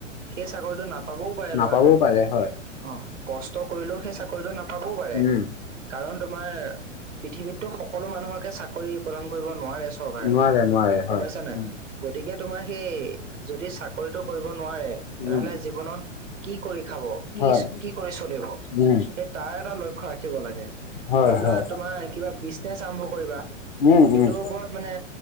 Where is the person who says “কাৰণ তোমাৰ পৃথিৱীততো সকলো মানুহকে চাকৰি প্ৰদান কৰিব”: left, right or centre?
Right